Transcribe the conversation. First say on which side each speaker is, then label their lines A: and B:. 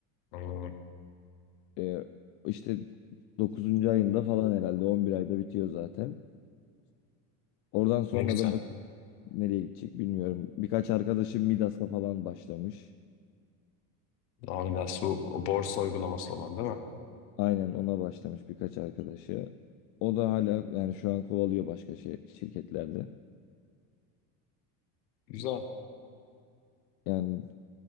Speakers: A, on the left; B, on the left.
A: Hmm,
B: E, işte 9. ayında falan herhalde 11 ayda bitiyor zaten. Oradan sonra
A: ne güzel.
B: da bak nereye gidecek bilmiyorum. Birkaç arkadaşım Midas'la falan başlamış.
A: Amigas bu borsa uygulaması olan değil mi?
B: Aynen ona başlamış birkaç arkadaşı. O da hala yani şu an kovalıyor başka şey, şirketlerde.
A: Güzel.
B: Yani